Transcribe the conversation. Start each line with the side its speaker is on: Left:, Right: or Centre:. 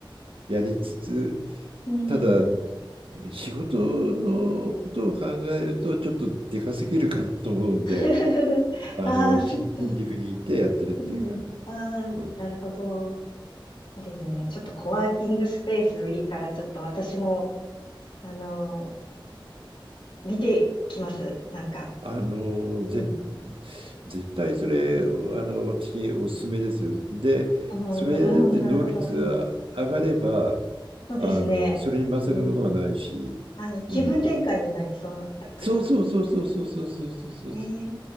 Right: やりつつ、
Left: うん。
Right: ただ仕事のことを考えるとちょっとでかすぎるかなと思うんで、
Left: <laughs>
Right: あの、
Left: ああ、
Right: 新新宿にいてやってるっていう感じ。
Left: そっか。うん。ああ、
Right: うん。
Left: なるほど。そうですね。ちょっとコワーキングスペースいいから、ちょっと私も、あのー見てきます。なんか。
Right: あのぜ
Left: うん。
Right: 絶対それあの私おすすめですよ。でそれやって能率が上がれば
Left: うん、うんなるほど。うん。そうですね。
Right: あのそれに勝るものはないし、
Left: うん。はい。
Right: うん、
Left: 気分転換になりそうだから。
Right: そうそうそうそうそうそうそうそうそうそう
Left: うん。ねえ